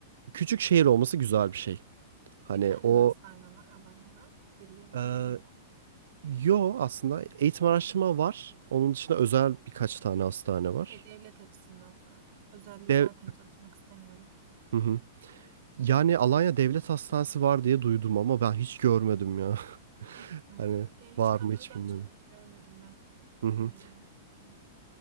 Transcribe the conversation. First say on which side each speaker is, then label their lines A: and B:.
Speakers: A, on the right (about 80°); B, on the right (about 55°).
A: küçük şehir olması güzel bir şey. Hani
B: Bir tane
A: o
B: mi hastane var Alanya'da bildiğim
A: e,
B: kadarıyla?
A: yo aslında eğitim araştırma var. Onun dışında özel birkaç tane hastane var.
B: Şey, devlet açısından sordum. Özelde
A: Dev,
B: zaten çalışmak istemiyorum.
A: hı hı. Yani Alanya Devlet Hastanesi var diye duydum ama ben hiç görmedim ya. <laughs>
B: Hmm.
A: Hani
B: Diye hiç
A: var
B: kadro
A: mı hiç
B: da açmamış
A: bilmiyorum.
B: görmedim ben.
A: Hı
B: Alanya
A: hı.
B: Devlet Hastanesi.